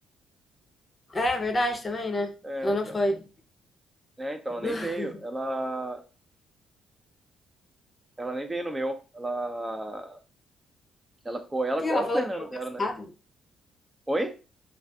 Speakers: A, on the left; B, on the right.
A: é verdade também, né?
B: É,
A: Ela não
B: então.
A: foi.
B: É, então, ela nem
A: <laughs>
B: veio. Ela. Ela nem veio no meu. Ela. Ela ficou. Ela,
A: Que ela
B: ela
A: falou
B: com o Renan,
A: que estava
B: não vieram, né?
A: cansada.
B: Oi?